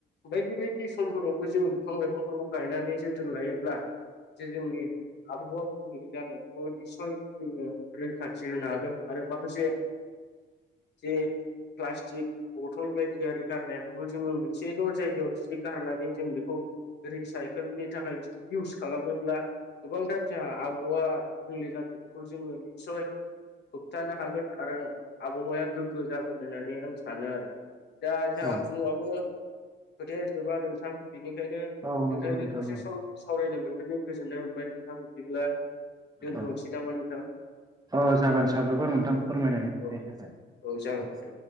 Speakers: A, on the left (about 60°); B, on the right (about 20°).
A: बायदि बायदि समफोरावबो जों बिफां लाइफांफोरखौ गायनानै जोथोन लायोब्ला जे जोंनि आबहावा गुबुंले जानायखौदि निसय जोङो रैखाथि होनो हागोन आरो माखासे जे प्लास्टिक बथल बायदि आरि गारनायफोरखौ जोङो मोनसेल' जायगायाव जि गारनानै जों बेखौ रि साइकेलनि थाखाय बिदि इउस खालामोब्ला गोबांथार जोंहा आबहावा गुबुंले जानायफोरखौ जोङो निसय होबथानो हागोन आरो आबहावाया गोग्गो जागोन होननानै आं सानो आरो। दा जोंहा
B: औ
A: बुंबाबो खोथाया जोबा नोंथां बेनिखायनो
B: औ नंगौ
A: नोंथांजों
B: नोंथां
A: दसे
B: औ
A: सम सावरायनो मोननानै गोजोननाय मोनबाय नोंथां बिदिब्ला दोनथ'नोसै
B: औ
A: नामा नोंथां?
B: औ जागोन साबायखर नोंथां
A: औ
B: फोरमायनानै होनायनि
A: औ
B: थाखाय।
A: औ जागोन नोंथां